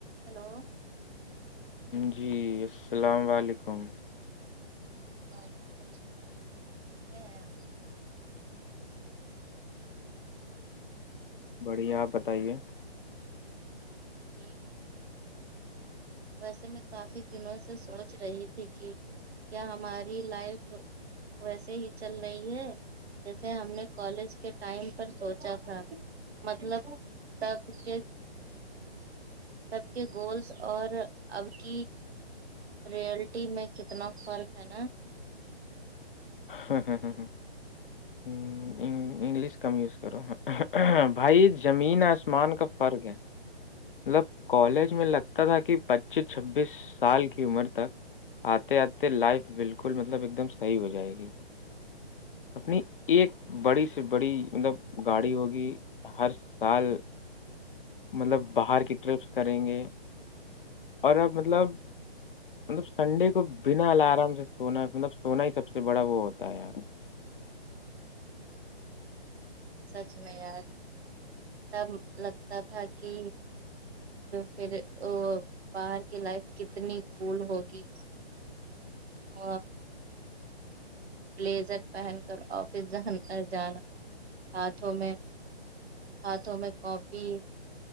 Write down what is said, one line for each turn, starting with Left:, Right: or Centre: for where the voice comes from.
Right: hello
Left: جی السلام و علیکم
Right: وعلیکم السلام کیسے ہیں
Left: بڑھیا آپ بتائیے
Right: ٹھیک ہے ویسے میں کافی دنوں سے سوچ رہی تھی کہ کیا ہماری لائف ویسے ہی چل رہی ہے جیسے ہم نے کالج کے ٹائم پر سوچا تھا مطلب سب کے سب کے گولس اور اب کی رئلٹی میں کتنا فرق ہے نا
Left: ہمم انگلش کم یوز کرو بھائی زمین آسمان کا فرق ہے مطلب کالج میں لگتا تھا کہ پچیس چھبیس سال کی عمر تک آتے آتے لائف بالکل مطلب ایک دم صحیح ہو جائے گی اپنی ایک بڑی سے بڑی مطلب گاڑی ہوگی ہر سال مطلب باہر کی ٹرپس کریں گے اور اب مطلب مطلب سنڈے کو بنا الارام سے سونا مطلب سونا ہی سب سے بڑا وہ ہوتا ہے یار
Right: سچ میں یار تب لگتا تھا کہ پھر ا باہر کی لائف کتنی کول ہوگی اور بلیزر پہن کر آفس جا جانا ہاتھوں میں ہاتھوں میں کاپی